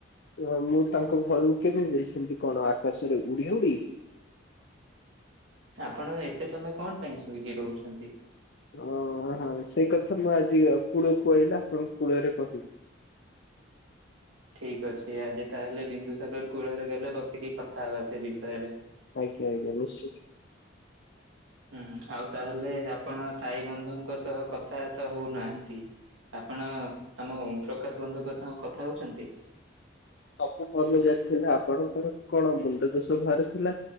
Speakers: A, on the left (about 60°); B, on the right (about 80°).
A: ଅ ମୁଁ ତାଙ୍କ ଘରକୁ କେମିତି ଯାଇଥାନ୍ତି କଣ ଆକାଶରେ ଉଡ଼ି କି?
B: ଆପଣ ଏତେ ସମୟ କଣ ପାଇଁ ଶୋଇକି ରହୁଛନ୍ତି?
A: ଓ ହଁ ସେଇ କଥା ମୁଁ ଆଜି କୂଳ କୁ ଆସିଲେ ଆପଣଙ୍କୁ କୂଳରେ <unintelligible>
B: ଠିକ୍ ଅଛି ଆଜି ତାହେଲେ ବିନ୍ଦୁସାଗର କୂଳରେ ଗଲେ ବସିକି କଥା ହେବା ସେ ବିଷୟରେ।
A: ଆଜ୍ଞା, ଆଜ୍ଞା, ନିଶ୍ଚିତ।
B: ହୁଁ, ଆଉ ତାହେଲେ ଆପଣ ସାଇ ବନ୍ଧୁଙ୍କ ସହ କଥାବାର୍ତ୍ତା ହୋଉନାହାନ୍ତି? ଆପଣ ଆମ ଓମପ୍ରକାଶ ବନ୍ଧୁଙ୍କ ସହ କଥା ହୋଉଛନ୍ତି?
A: ସବୁ ଭଲ ଚାଲିଥିଲା ଆପଣଙ୍କର କଣ ମୁଣ୍ଡ ଦୋଷ ବାହାରି ଥିଲା?